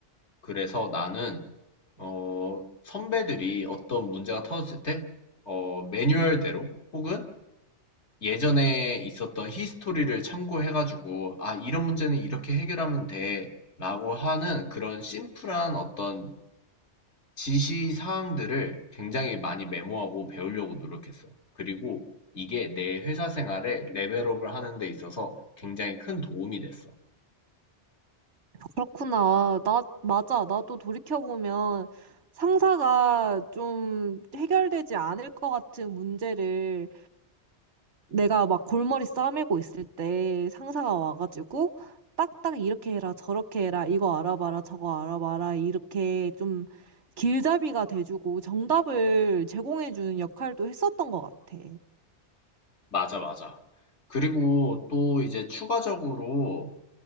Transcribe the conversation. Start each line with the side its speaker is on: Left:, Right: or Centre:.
Left: 그래서 나는, 어, 선배들이 어떤 문제가 터졌을 때, 어, 매뉴얼대로 혹은 예전에 있었던 히스토리를 참고해가지고, 아, 이런 문제는 이렇게 해결하면 돼. 라고 하는 그런 심플한 어떤 지시 사항들을 굉장히 많이 메모하고 배우려고 노력했어. 그리고 이게 내 회사 생활에 레벨업을 하는 데 있어서 굉장히 큰 도움이 됐어.
Right: 그렇구나. 나, 맞아. 나도 돌이켜보면 상사가 좀 해결되지 않을 것 같은 문제를 내가 막 골머리 싸매고 있을 때 상사가 와가지고 딱딱 이렇게 해라, 저렇게 해라, 이거 알아봐라, 저거 알아봐라, 이렇게 좀 길잡이가 돼주고 정답을 제공해주는 역할도 했었던 것 같아.
Left: 맞아, 맞아. 그리고 또 이제 추가적으로,